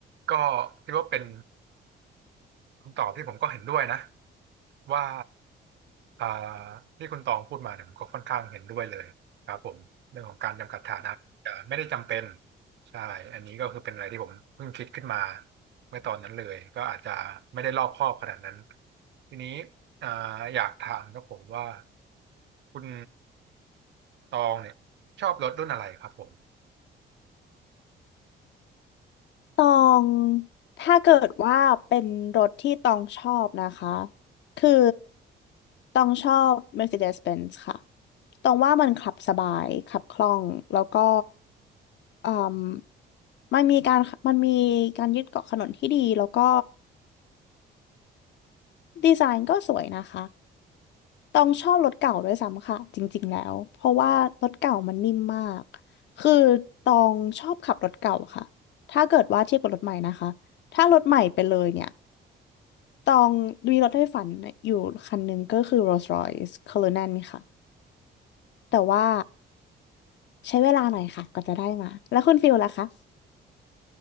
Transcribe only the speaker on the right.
ก็คิดว่าเป็นคำตอบที่ผมก็เห็นด้วยนะว่า อ่าที่คุณตองพูดมาเนี่ยผมก็ค่อนข้างเห็นด้วยเลยครับผมเรื่องของการจำกัดฐานะจะไม่ได้จำเป็นใช่อันนี้ก็คือเป็นอะไรที่ผมเพิ่งคิดขึ้นมาเมื่อตอนนั้นเลยก็อาจจะไม่ได้รอบคอบขนาดนั้นทีนี้อ่าอยากถามครับผมว่าคุณตองเนี่ยชอบรถรุ่นอะไรครับผม